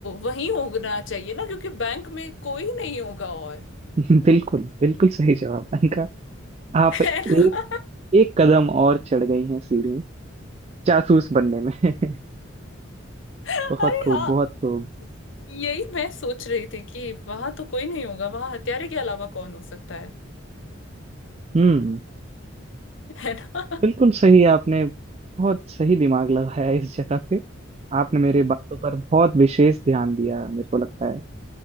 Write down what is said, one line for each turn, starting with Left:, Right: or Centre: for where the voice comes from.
Left: वहीं होना चाहिए ना क्योंकि बैंक में कोई नहीं होगा और
Right: <laughs> बिल्कुल बिल्कुल सही जवाब अनका आप एक
Left: है ना
Right: एक कदम और चढ़ गई हैं सीढ़ी जासूस बनने में <laughs>
Left: अरे
Right: बहुत खूब
Left: हाँ
Right: बहुत खूब
Left: यही मैं सोच रही थी कि वहां तो कोई नहीं होगा वहां हत्यारे के अलावा कौन हो सकता है
Right: हम्म
Left: है ना <laughs>
Right: बिल्कुल सही आपने बहुत सही दिमाग लगाया इस जगह पे आपने मेरे बातों पर बहुत विशेष ध्यान दिया मेरे को लगता है